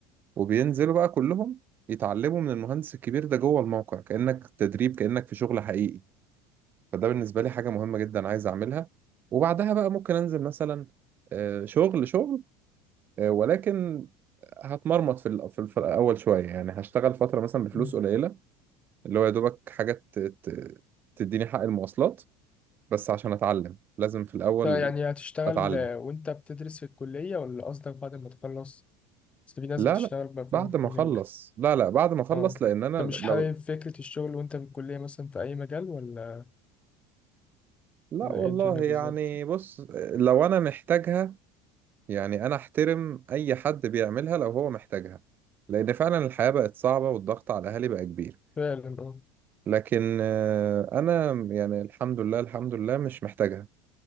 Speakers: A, on the right; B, on the left.
A: وبينزلوا بقى كلهم يتعلموا من المهندس الكبير ده جوه الموقع كأنك تدريب كأنك في شغل حقيقي فده بالنسبة لي حاجة مهمة جدا عايز أعملها وبعدها بقى ممكن أنزل مثلا آه، شغل شغل آه، ولكن هتمرمط في الأ- في الف- الأول شوية يعني هشتغل فترة مثلا بفلوس
B: مم.
A: قليلة اللي هو يا دوبك حاجة ت- ت- تديني حق المواصلات بس عشان أتعلم لازم في الأول
B: طيب يعني هتشتغل
A: أتعلم
B: آه، وانت بتدرس في الكلية ولا قصدك بعد ما تخلص بس في ناس
A: لا
B: بتشتغل
A: لا
B: بقى فوق
A: بعد
B: الكلية
A: ما أخلص لا لا بعد ما أخلص
B: اه
A: لأن أنا
B: انت مش
A: لو
B: حابب فكرة الشغل وانت في الكلية مثلا في اي مجال ولا
A: لا
B: ولا
A: والله
B: ايه الدنيا بالظبط
A: يعني بص لو انا محتاجها يعني انا احترم اي حد بيعملها لو هو محتاجها لان فعلا الحياة بقت صعبة والضغط على الاهالي بقى كبير
B: فعلا اه
A: لكن آه، انا يعني الحمد لله الحمد لله مش محتاجها